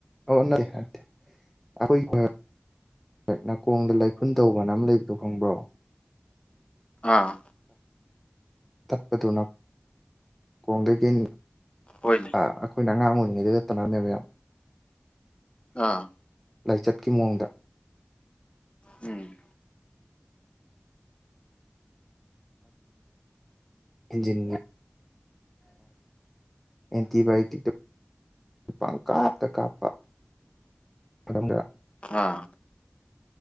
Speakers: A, in the centre; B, on the left (about 25°).
A: ꯑꯣ ꯅꯠꯇꯦꯦ ꯑꯩꯈꯣꯏ ꯍ ꯅꯥꯀꯣꯡꯗ ꯂꯥꯏꯐꯨꯟ ꯇꯧꯕꯅ ꯑꯃ ꯂꯩꯕꯗꯣ ꯈꯪꯕ꯭ꯔꯣ
B: ꯑꯥ
A: ꯇꯠꯄꯗꯨꯅ ꯈꯣꯡꯗꯒꯤ
B: ꯍꯣꯏꯅꯦ
A: ꯑꯩꯈꯣꯏꯅ ꯑꯉꯥꯡ ꯑꯣꯏꯔꯤꯉꯩꯗꯨꯗ ꯇꯅꯝꯅꯦꯕ ꯌꯥꯝ
B: ꯑꯥ
A: ꯂꯥꯏꯆꯠꯀꯤ ꯃꯑꯣꯡꯗ
B: ꯎꯝ
A: ꯏꯟꯖꯤꯅꯤ ꯑꯦꯟꯇꯤꯕꯥꯣꯇꯤ ꯅꯤꯄꯥꯡ ꯀꯥꯞꯇ ꯀꯥꯞꯄ ꯃꯇꯝ
B: ꯑꯥ